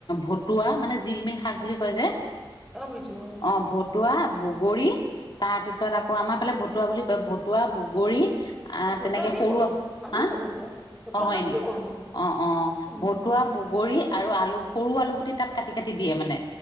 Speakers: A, on the left; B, in the centre.
A: ভতুৱা মানে জিলমিল শাক বুলি কয় যে
B: অ বইছো
A: অ ভতুৱা বগৰী তাৰ পিছত আকৌ আমাৰ ফালে ভতুৱা বুলি কয় ভতুৱা বগৰী আহ
B: অ ভতুৱা
A: তেনেকে
B: আমিও
A: সৰুৱ
B: কওঁ আমিও
A: হা
B: কওঁ ভতুৱা ভতুৱা
A: অ হয়নি
B: শাক বুলি কওঁ আমি
A: অঁ অঁ
B: উম
A: ভতুৱা বগৰী আৰু আলু সৰু আলুগুটি তাত কাটি কাটি দিয়ে মানে